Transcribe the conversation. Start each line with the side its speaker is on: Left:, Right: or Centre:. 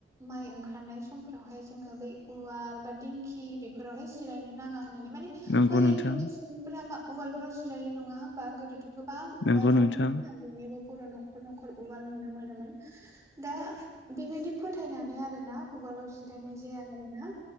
Right: माइ ओंखारनाय समफोरावहाय जोङो बै उवाल बा दिंखि बेफोरावहाय जिरायनो नाङा होननानै माने
Left: नंगौ
Right: ओरैनोथ'
Left: नोंथां
Right: सुबुंफोरा मा उवालफ्राव जिरायो नङा होमबा गोदोथ' गोबां
Left: नंगौ
Right: उवाल
Left: नोंथां
Right: दंमोन ना बयनिबो बर' न'खर न'खर उवाल नुनो मोनोमोन दा बेबायदि फोथायनानै आरोना उवालाव जिरायनाय जाया आरोना